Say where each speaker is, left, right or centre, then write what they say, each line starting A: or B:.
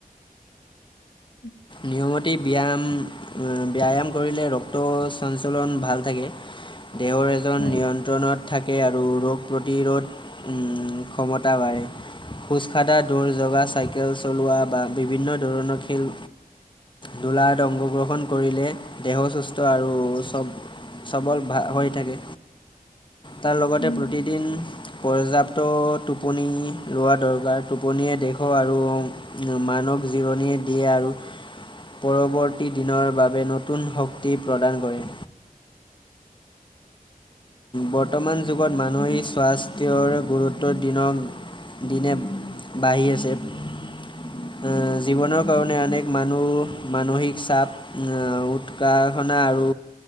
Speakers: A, on the left; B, on the left.
A: উ
B: নিয়মতি ব্যায়াম উ ব্যায়াম কৰিলে ৰক্তৰ চঞ্চলন ভাল থাকে। তেওঁৰ এজন
A: হয়।
B: নিয়ন্ত্ৰণত থাকে আৰু ৰোগ প্ৰতিৰোধ ক্ষমতা বাঢ়ে। খোজকাঢ়া দৌৰ জগা চাইকেল চলোৱা বা বিভিন্ন ধৰণৰ খেল দোলাত অংশগ্ৰহণ কৰিলে দেহ সুস্থ আৰু চব সবল ভা হৈ থাকে তাৰ লগতে
A: উম
B: প্ৰতিদিন পৰ্যাপ্ত টোপনি লোৱা দৰকাৰ টোপনিয়ে দেহক আৰু মানুহক জিৰণিয়ে দিয়ে আৰু পৰৱৰ্তী দিনৰ বাবে নতুন শক্তি প্ৰদান কৰে বৰ্তমান যুগত মানুহে স্বাস্থ্যৰ গুৰুত্ব দিনক দিনে বাঢ়ি আছে এ জীৱনৰ কাৰণে অনেক মানুহ মানসিক চাপ এ উৎকাসনা আৰু